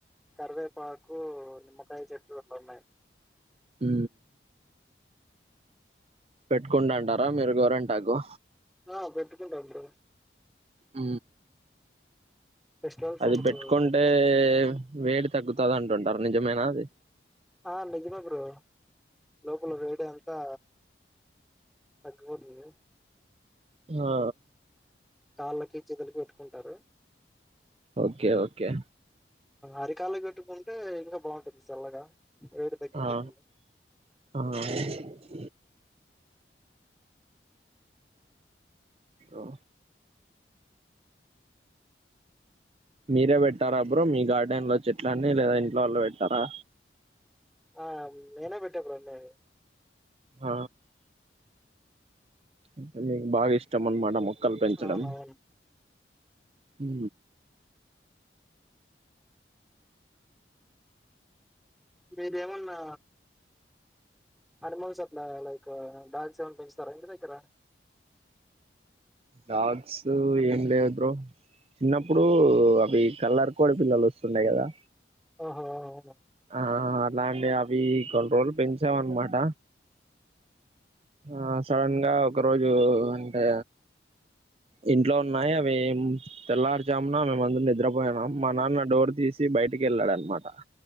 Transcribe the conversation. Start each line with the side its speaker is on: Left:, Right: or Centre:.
Centre: కరవే పాకు నిమ్మకాయ చెట్లు ఇక్కడ్ ఉన్నాయి
Right: హ పెట్టుకుం అంటారా మీరు గోరంట్ ఆగో
Centre: ఆ పెట్టుకుంట బ్రో
Right: ఆ
Centre: ఫెస్టివల్స్
Right: అది
Centre: అప్పుడు
Right: పెట్టుకుంటే
Centre: పెట్టుకుంటాం
Right: వేడి తగ్గుతది అంటుండు రని జమేనాది
Centre: ఆ నిజమే బ్రో లోపల వేడి అంతా పకోషియా
Right: ఆ ఆ
Centre: కాళ్ళకి జిదల్ పెట్టుకుంటారు
Right: ఓకే ఓకే
Centre: అరికాళ్ళ పెట్టుకుంటే ఇంకా బాగుంటది చల్లగా వేడి తగ్గిపోతుంది
Right: ఆ ఆహా స ఓ మీరే పెట్టారా అ బ్రో మీ గార్డెన్ లో చెట్లన్నీ లేదా ఇంట్లో వాళ్ళు పెట్టారా
Centre: ఆ నేనె పెట్టా బ్రో అన్ని
Right: హ ఇంటల్లీ బాగా ఇష్టం అన్ మాట మొక్కల్ పెంచడం.
Centre: అవునవును
Right: ఉ
Centre: మీరేమన్నా అడ్మన్స్ అట్లా లైక్ డాగ్స్ ఏమన్ పెరచు తారా ఇంటి దగ్గర
Right: డాగ్స్ ఏం లేవు బ్రో చిన్నప్పుడు అవి కలర్ కోడిపిల్లలు వస్తుండె కదా
Centre: ఓహో అవును
Right: ఆ అట్లాంటి అవి కొని రోజులు పెంచామ్ అన్నమాట ఆ సడన్ గా ఒక రోజు అంటే ఇంట్లో ఉన్నాయి. అవి తెల్లార్జామున మేమందరం నిద్రపోయనాం, మా నాన్న డోర్ తీసి బయటికి వెళ్ళాడు అనమాట.